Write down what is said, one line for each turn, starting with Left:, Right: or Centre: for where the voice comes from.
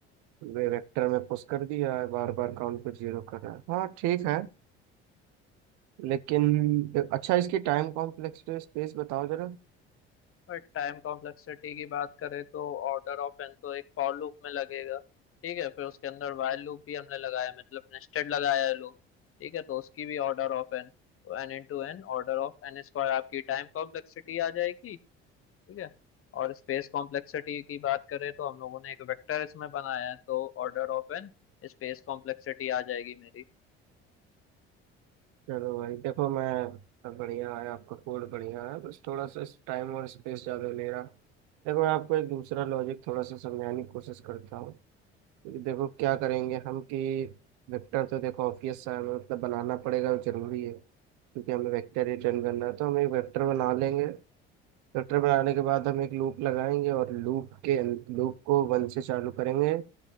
Right: वे वेक्टर में पुश कर दिया है बार बार काउंट को जीरो कर रहा है हाँ ठीक है लेकिन अच्छा इसकी टाइम कॉम्प्लेक्सिटी स्पेस बताओ जरा
Left: और टाइम कॉम्प्लेक्सिटी की बात करें तो ऑर्डर ऑफ एन तो एक फॉर लूप में लगेगा ठीक है फिर उसके अंदर वाइल लूप भी हमने लगाया है, मतलब नेस्टेड लगाया है लूप ठीक है तो उसकी भी ऑर्डर ऑफ एन तो N into N order of N square आपकी टाइम कॉम्प्लेक्सिटी आ जाएगी ठीक है और स्पेस कॉम्प्लेक्सिटी की बात करें तो हम लोगों ने एक वेक्टर इसमें बनाया है तो order of N space complexity आ जाएगी मेरी
Right: चलो भाई देखो मैं बढ़िया है आपका कोड बढ़िया है बस थोड़ा सा टाइम और स्पेस ज़्यादा ले रहा देखो मैं आपको एक दूसरा लॉजिक थोड़ा सा समझाने की कोशिश करता हूँ क्योंकि देखो क्या करेंगे हम कि वेक्टर तो देखो ऑब्वियस सा है मतलब बनाना पड़ेगा वो जरूरी है क्योंकि हमें वेक्टर रिटर्न करना है तो हम एक वेक्टर बना लेंगे चैप्टर बनाने के बाद हम एक लूप लगाएंगे और लूप के लूप को वन से चालू करेंगे